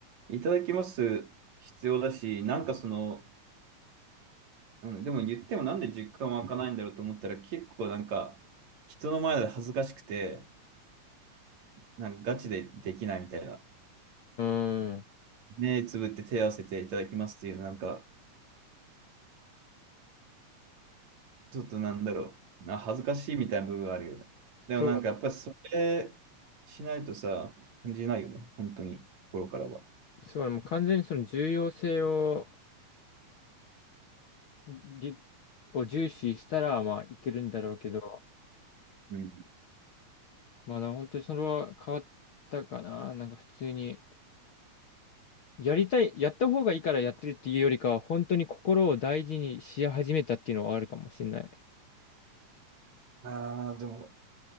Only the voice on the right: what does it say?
いただきます必要だし、なんかその、うん、でも言ってもなんで実感湧かないんだろうと思ったら、結構なんか、人の前で恥ずかしくて、なんかガチでできないみたいな。
目つぶって手を合わせていただきますっていう、なんか、ちょっとなんだろう。な恥ずかしいみたいな部分があるよね。でもなんかやっぱりそれしないとさ、
感じないよね。本当に、心からは。
うん。
ああ、でも、